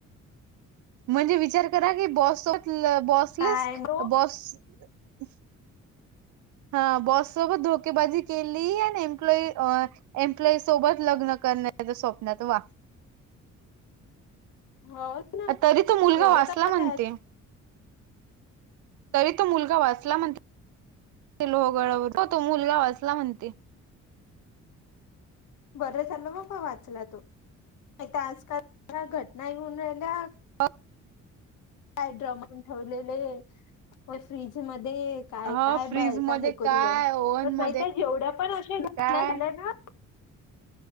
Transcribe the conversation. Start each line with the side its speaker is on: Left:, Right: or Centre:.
Right: म्हणजे विचार करा की बॉससोबत लं बॉसलेच
Left: काय मग?
Right: बॉस <unintelligible> हा बॉस सोबत धोकेबाजी केली, आणि एम्प्लॉई एम्प्लॉई सोबत लग्न. करण्याच्या स्वप्नात वा
Left: हो ना
Right: तरी तो मुलगा
Left: एवढं
Right: वाचला
Left: काय
Right: म्हणतेय.
Left: त्यात
Right: तरी तो मुलगा वाचला म्हणतेय. ते लोहगडावर हो तो मुलगा वाचला म्हणते.
Left: बरं झालं बा बा वाचला तो. नाहीतर आजकाल <unintelligible> घटना येऊन राहिल्या
Right: <inaudible>
Left: काय ड्रमन ठेवलेले व फ्रीज मध्ये दे काय
Right: ह
Left: काय
Right: फ्रीज
Left: बायका
Right: मध्ये
Left: हे करू
Right: काय
Left: राह्यला
Right: ओव्हन
Left: पण
Right: मध्ये
Left: माहिते? जेवढ्या पण अशा घटना
Right: काय
Left: झाल्या ना